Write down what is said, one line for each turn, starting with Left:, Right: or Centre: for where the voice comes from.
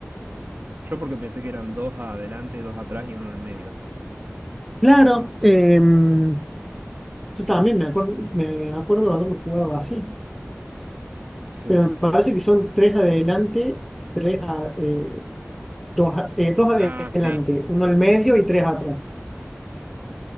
Right: Yo porque pensé que eran dos adelante, dos atrás y uno en el medio.
Centre: Claro, em, yo también me acuerdo, me acuerdo de haberlo jugado así,
Right: Sí.
Centre: pero me parece que son tres adelante, tres a- eh, dos, a- eh, dos adelante,
Right: Ah, sí.
Centre: uno al medio y tres atrás.